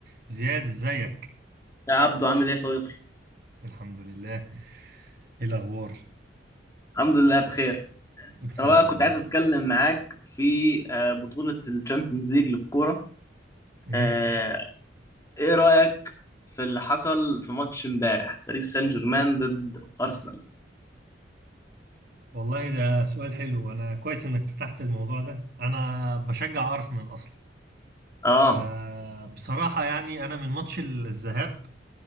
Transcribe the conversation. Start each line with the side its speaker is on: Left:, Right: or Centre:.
Right: زياد ازيك
Left: يا عبدو عامل ايه يا صديقي؟
Right: الحمد لله ايه الاخبار
Left: الحمد لله بخير
Right: الحمد
Left: انا بقى
Right: لله
Left: كنت عايز اتكلم معاك في آه، بطولة الشامبيونز ليج للكورة
Right: امم
Left: آه، ايه رأيك في اللي حصل في ماتش امبارح باريس سان جيرمان ضد ارسنال
Right: والله ده سؤال حلو انا كويس انك فتحت الموضوع ده انا بشجع ارسنال اصلا
Left: اه
Right: فبصراحة يعني انا من ماتش الذهاب